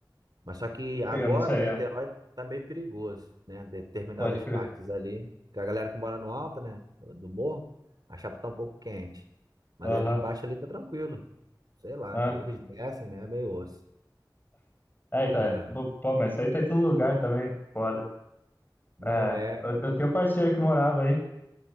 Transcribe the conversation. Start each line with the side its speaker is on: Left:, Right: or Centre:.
Right: Mas só que agora
Left: eu não sei,
Right: Niterói
Left: é,
Right: tá meio perigoso, né? Determinadas
Left: pode crer.
Right: partes ali, que a galera que mora no alto, né, do morro, a chapa tá um pouco quente. Mas
Left: Aham,
Right: ali embaixo ali tá tranquilo, sei lá,
Left: aham.
Right: eles descem, né, É meio osso.
Left: É, então,
Right: É,
Left: é. Bo- Pô, mas isso aí tá em todo lugar também, foda.
Right: não,
Left: É,
Right: é,
Left: eu, eu tenho um parceiro que morava aí,